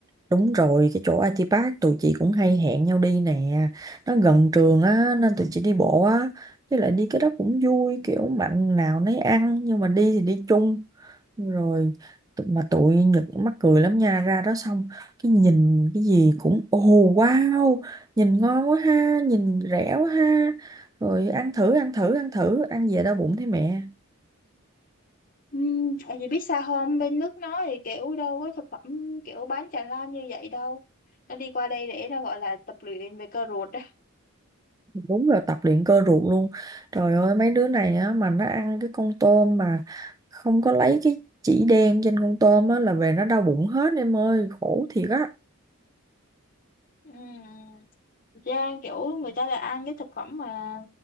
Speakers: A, on the right; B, on the left.
A: đúng rồi cái chỗ IT Park tụi chị cũng hay hẹn nhau đi nè nó gần trường á nên tụi chị đi bộ á với lại đi cái đó cũng vui kiểu mạnh nào nấy ăn nhưng mà đi thì đi chung rồi tụ- mà tụi Nhật cũng mắc cười lắm nha ra đó xong cái nhìn cái gì cũng ồ wow nhìn ngon quá ha nhìn rẻ quá ha rồi ăn thử ăn thử ăn thử ăn về đau bụng thấy mẹ
B: Uhm, tại vì biết sao không, bên nước nó thì kiểu đâu có thực phẩm kiểu bán tràn lan như vậy đâu. Nó đi qua đây để nó gọi là tập luyện về cơ ruột đó.
A: đúng là tập luyện cơ ruột luôn trời ơi mấy đứa này á mà nó ăn cái con tôm mà không có lấy cái chỉ đen trên con tôm á là về nó đau bụng hết em ơi khổ thiệt á
B: Ừm, ra kiểu người ta là ăn cái thực phẩm mà